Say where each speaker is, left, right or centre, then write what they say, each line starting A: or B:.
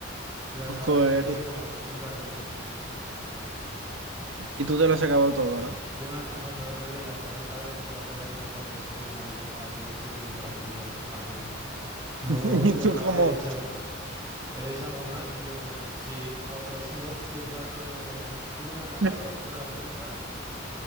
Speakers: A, on the right (about 20°); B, on the right (about 75°).
A: Y la chavala
B: joder,
A: se ha pedido
B: y,
A: como un plato de sushi.
B: y tú te lo has acabado todo,
A: <laughs>
B: ¿no?
A: Yo me la como todo desde y la chavala estaba como todo jodida con su plato de sushi en plan de, buah, tío, es que es muy grande. Y yo, jaja, no. Y luego
B: <laughs>
A: ha vuelto
B: Y tú
A: el pavo
B: como...
A: y ha dicho. ¿Queréis algo más? Y yo en plan, sí, otros <laughs> dos de plato de... Uno de anacardos,
B: <laughs>
A: otro de almendras,